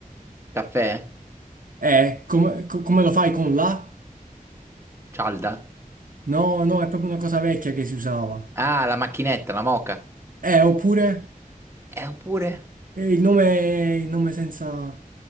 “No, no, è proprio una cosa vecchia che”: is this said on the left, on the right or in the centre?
Right